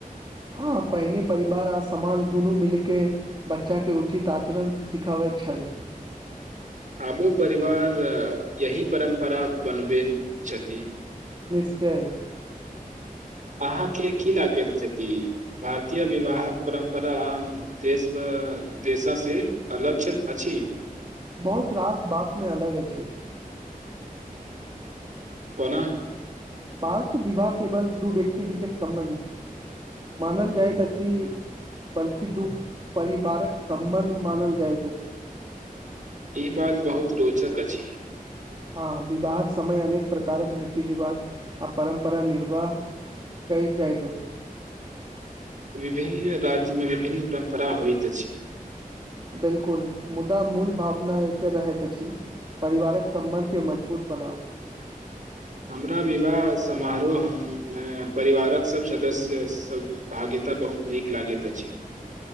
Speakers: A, on the right (about 35°); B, on the right (about 60°).
A: हँ पहिने परिवार आ समाज दुनू मिलकेऽ बच्चाकेँ उचित आचरण सिखबैत छल।
B: आबो परिवार यही परम्परा बनबे छथि।
A: निश्चय
B: अहाँके की लागैत छथि भारतीय विवाहक परम्परान आ देशमे देशा से अलग छथी अछि।
A: बहुत रास बात मे अलग अछि।
B: कोनाह
A: भारत विवाह केवल दू व्यक्ति बीचके सम्बन्ध नहि मानल जाइत अछि बल्कि दू परिवारक सम्बन्ध मानल जाइत अछि।
B: ई बात बहुत रोचक अछि।
A: हँ विवाहक समय अनेक प्रकारक रीति रिवाज आ परम्परा निर्वाह कैल जाइत अछि।
B: विभिन्न राज्यमे विभिन्न परम्परा होइत अछि।
A: बिल्कुल मुदा मूल भावना एकके रहैत अछि परिवारक सम्बन्धके मजबूत बनाउ।
B: हमरा विवाह समारोह हम परिवारक सब सदस्य स तब भाग्यता बहुत नीक लागैत अछि।